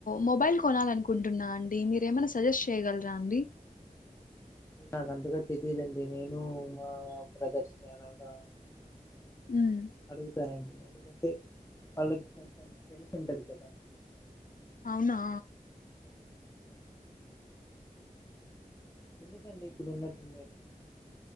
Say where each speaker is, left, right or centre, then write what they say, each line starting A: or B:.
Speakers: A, on the left; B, on the left.
A: మొబైల్ కొనాలనుకుంటున్నా అండి. మీరేమైనా సజెస్ట్ చేయగలరా అండి?
B: అంటే నాకు అంతగా తెలిదండి. నేను మా బ్రదర్స్ ని అలాగా
A: ఉమ్
B: అడుగుతానండి. ఎందుకంటే వాళ్ళకి కొంచెం తెలిసుంటది కదా.
A: అవునా
B: ఎందుకండి ఇప్పుడు ఉన్నట్టుంది కాదు.